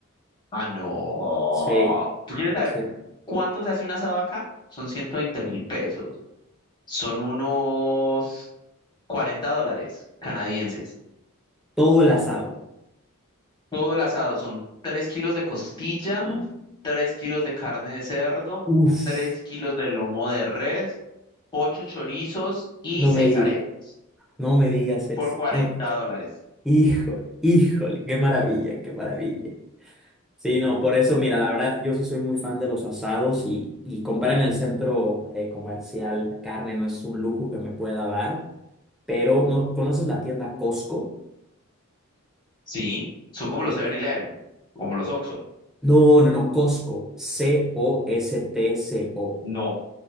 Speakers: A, on the left (about 20°); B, in the centre.
A: Ah, no.
B: Sí,
A: ¿Tú quieres saber
B: sí,
A: cuánto se hace un asado acá? Son ciento veinte mil pesos. Son unos 40 dólares canadienses.
B: todo el asado.
A: Todo el asado son 3 kilos de costilla,
B: Ah.
A: 3 kilos de carne de cerdo,
B: Uf,
A: 3 kilos de lomo de res, 8 chorizos y
B: no
A: seis
B: me digas,
A: arepas
B: no me digas eso,
A: por cuarenta
B: no.
A: dólares.
B: Híjole, híjole, qué maravilla, qué maravilla. Sí, no, por eso, mira, la verdad, yo sí soy muy fan de los asados y, y comprar en el centro eh, comercial carne no es un lujo que me pueda dar, pero ¿no conoces la tienda Costco?
A: Sí, son como
B: O-
A: los Seven eleven como los Oxxo.
B: No, no, no, Costco, C-O-S-T-C-O.
A: No,